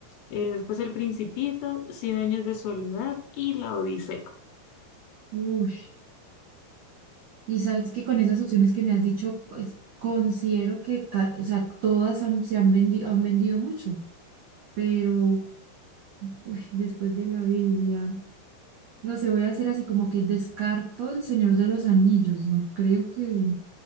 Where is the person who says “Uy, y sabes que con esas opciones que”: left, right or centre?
Right